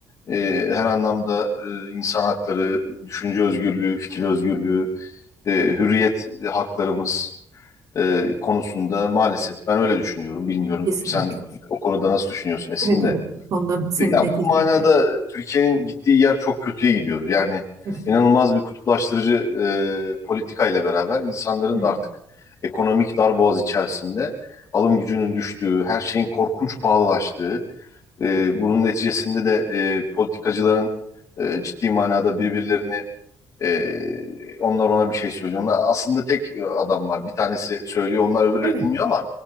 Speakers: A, on the left; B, on the right.
A: e, her anlamda e, insan hakları, düşünce özgürlüğü, fikir özgürlüğü, e, hürriyet haklarımız e, konusunda maalesef ben öyle düşünüyorum. Bilmiyorum
B: <laughs> Kesinlikle.
A: sen o konuda nasıl düşünüyorsun Esin
B: Evet,
A: de.
B: evet. Bu konuda seninle
A: Ya
B: kesinlikle.
A: bu manada Türkiye'nin gittiği yer çok kötüye gidiyor. Yani
B: Evet,
A: inanılmaz bir kutuplaştırıcı e, politika ile beraber insanların
B: evet.
A: da artık ekonomik darboğaz içerisinde alım gücünün düştüğü, her şeyin korkunç pahalılaştığı, e, bunun neticesinde de e, politikacıların e, ciddi manada birbirlerini ee, onlar ona bir şey söylüyor. Onlar, aslında tek e, adam var. Bir tanesi söylüyor, onlar öbürleri
B: Evet.
A: dinliyor ama